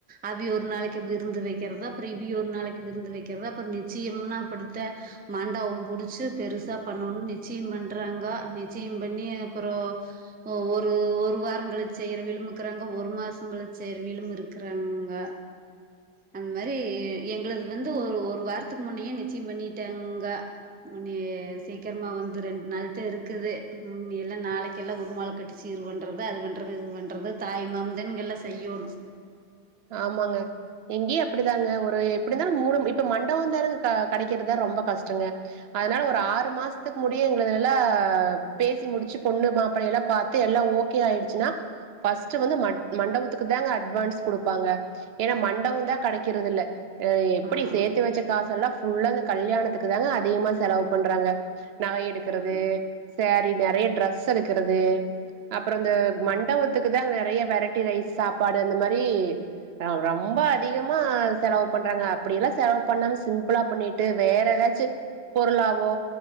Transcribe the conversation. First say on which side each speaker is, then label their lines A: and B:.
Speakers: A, on the right; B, on the right.
A: அவிய ஒரு நாளைக்கு விருந்து வைக்கிறது அப்புறோ இவிய ஒரு நாளைக்கு விருந்து வைக்கிறது அப்புறோ நிச்சயம்னா இப்படித்த மண்டவோ பிடிச்சு பெருசா பண்ணணு நிச்சயம் பண்றாங்க நிச்சயம் பண்ணி அப்புறோ ஒ-ஒரு ஒரு வாரோ கழிச்சி செய்யுரவியலு இக்கிறாங்க ஒரு மாசு கழிச்சி செய்யுரவியலு இருக்கிறாங்க அந்த மாதிரி எங்களது வந்து ஒரு ஒரு வாரத்துக்கு முன்னயே நிச்சயம் பண்ணிட்டாங்க நீ சீக்கிரமா வந்து ரெண்டு நாள் தா இருக்குது ம் எல்லா நாளைக் எல்லா உருமால கட்டி சீர் பண்றது அது பண்றது இது பண்றது தாய்மாமன்தா இங்க எல்லா செய்யோணு
B: ஆமாங்க இங்கயு அப்படிதாங்க ஒரு எப்படி இருந்தாலும் மூணு இப்ப மண்டப தான்ங்க கெ-கெடைக்கிறதுதா ரொம்ப கஷ்டங்க அதனால ஒரு ஆறு மாசத்துக்கு முடிய எங்கள எல்லா பேசி முடிச்சு பொண்ணு மாப்பிள்ளைய எல்லா பாத்து எல்லா ஓகே ஆயிடுச்சுன்னா ஃபஸ்ட் வந்து மட் மண்டபத்துக்கு தாங்க அட்வான்ஸ் குடுப்பாங்க ஏனா மண்டவோ தா கெடைக்குறது இல்ல எ-எப்படி
A: ஆமாங்க
B: சேர்த்து வச்ச காசெல்லா புள்ளங்க கல்யாணத்துக்கு தாங்க அதிகமா செலவு பண்றாங்க நக எடுக்குறது
A: ஆமாங்க
B: சேரி நெறைய ட்ரெஸ் எடுக்குறது அப்புறோ இந்த மண்டபத்துக்கு தாங்க நெறைய வெரைட்டி ரைஸ் சாப்பாடு அந்த மாரி கி ரொ-ரொம்ப அதிகமா செலவு பண்றாங்க அப்படியெல்லா செலவு பண்ணாம சிம்பிளா பண்ணிட்டு வேற எதாச்சி பொருளாவோ